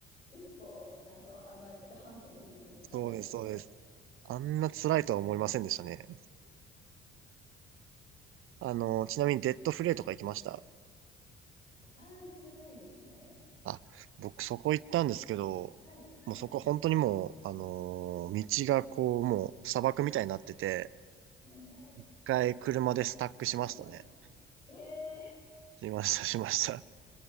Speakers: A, on the left; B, on the right.
A: 一歩、あの、上がって半歩ずるずる下がるみたい
B: そうです、そうです。あんな辛いとは思いませんでしたね。あの、ちなみにデッドフレイとか行きました
A: な。ああ、行ってないですね。
B: あ、僕そこ行ったんですけど、
A: はい、
B: もうそこ本当にもう、
A: はい。
B: あのー道がこう、もう砂漠みたいになってて、
A: うんはい、はい。
B: 一回車でスタックしましたね。
A: うんえー、
B: しました、しました。